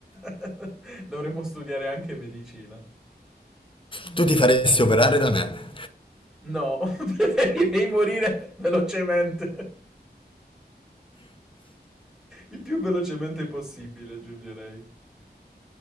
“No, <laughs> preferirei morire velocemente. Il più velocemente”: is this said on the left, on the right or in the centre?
Centre